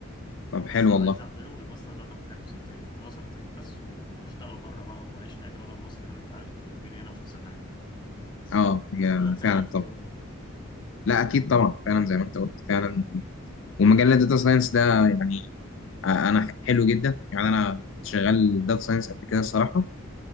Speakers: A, on the left; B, on the left.
A: طب
B: بس
A: حلو
B: عايز
A: والله
B: اعمله الماستر ده اعتقد هياخد سنتين اه سنتين بس واشتغل بره بقى واعيش حياتي بدل مصر هنا انت عارف الدنيا هنا مش احسن حاجه يعني
A: اه هي
B: ولا انت ايه
A: فعلا
B: رايك في
A: طب
B: الكلام ده
A: لا اكيد طبعا فعلا زي ما انت قلت فعلا ومجال الداتا ساينس ده يعني آه، انا ح- حلو جدا يعني انا شغال داتا ساينس قبل كده الصراحه